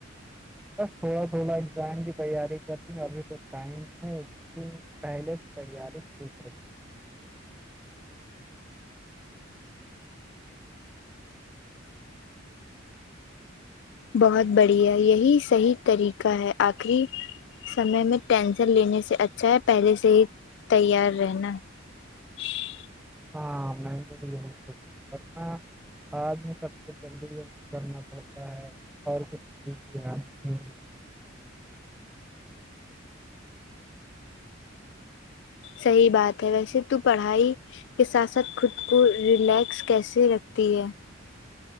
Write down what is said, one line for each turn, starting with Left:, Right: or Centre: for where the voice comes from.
Centre: تھوڑا اگزام کی تیاری کر رہی ہوں ابھی تو ٹائم ہے پہلے سے تیاری شروع کر دی ہے۔
Left: بہت بڑھیا یہی صحیح طریقہ ہے آخری سمے میں ٹینشن لینے سے اچھا ہے پہلے سے ہی تیار رہنا <inaudible>
Centre: ہاں میں نے لیا ہے ورنہ میں سب سے جلدی یہ کرنا پڑتا ہے اور <unintelligible>
Left: صحیح بات ہے ویسے تو پڑھائی کے ساتھ ساتھ خود کو ریلیکس کیسے رکھتی ہے